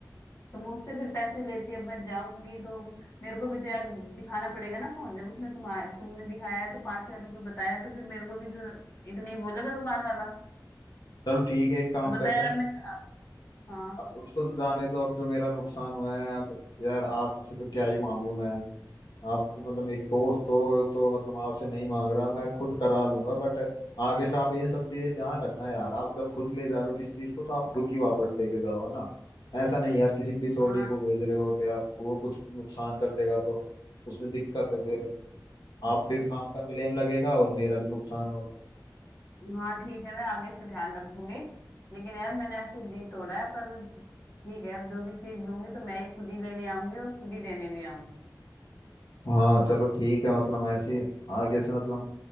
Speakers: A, on the left; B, on the left.
A: तो मैं उससे फिर पैसे लेती अब मैं जाऊंगी तो मेरे को भी तो यार दिखाना पड़ेगा ना फोन जब उसने तुम्हारा तुमने दिखाया है तो पांच हजार रुपये बताया है, तो फिर मेरे को भी तो इतने ही बोलेगा दुकान वाला
B: चलो ठीक है एक काम
A: तो बता
B: करते
A: यार
B: हैं
A: अब मैं हाँ
B: अ- उसको जाने दो अब जो मेरा नुकसान हुआ है अब यार आपसे तो क्या ही मांगू मैं आप मतलब एक दोस्त हो तो मतलब आपसे नहीं मांग रहा मैं खुद करा लूंगा बट आगे से आप ये सब चीजें ध्यान रखना यार आप जब खुद ले जा रहे हो किसी चीज को तो आप खुद ही वापस लेके जाओ है ना ऐसा नहीं यार किसी बिचौलिए
A: हाँ
B: को भेज रहे हो तो यार वो कुछ नुकसान कर देगा तो उसमें दिक्कत है फिर आप पे भी काम का ब्लेम लगेगा और मेरा भी नुकसान होगा
A: हाँ ठीक है मैं आगे से ध्यान रखूंगी लेकिन यार मैंने ऐसे दी तोड़ा है पर ठीक है अब जो भी चीज लूंगी तो मैं ही खुद ही लेने आऊंगी और खुद ही देने भी आऊंगी
B: हाँ चलो ठीक है मतलब ऐसे ही आगे से मतलब